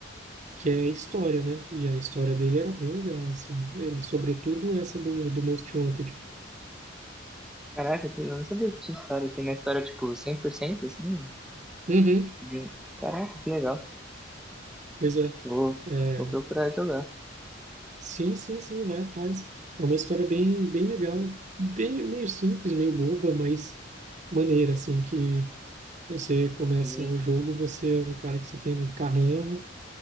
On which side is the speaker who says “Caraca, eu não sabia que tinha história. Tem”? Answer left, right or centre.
Centre